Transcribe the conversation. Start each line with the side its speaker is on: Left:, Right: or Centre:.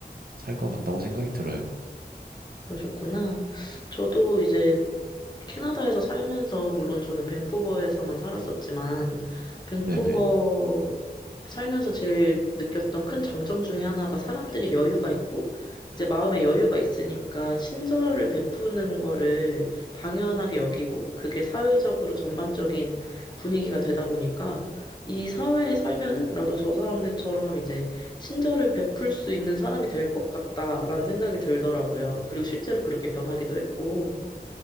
Right: 살 것
Left: 음,
Right: 같다고 생각이 들어요.
Left: 그러셨구나. 저도 이제 캐나다에서 살면서, 물론 저는 밴쿠버에서만 살았었지만, 밴쿠버
Right: 네네.
Left: 살면서 제일 느꼈던 큰 장점 중에 하나가 사람들이 여유가 있고, 이제 마음에 여유가 있으니까 친절을 베푸는 거를 당연하게 여기고, 그게 사회적으로 전반적인 분위기가 되다 보니까, 이 사회에 살면은 나도 저 사람들처럼 이제 친절을 베풀 수 있는 사람이 될 것 같다라는 생각이 들더라고요. 그리고 실제로 그렇게 변하기도 했고,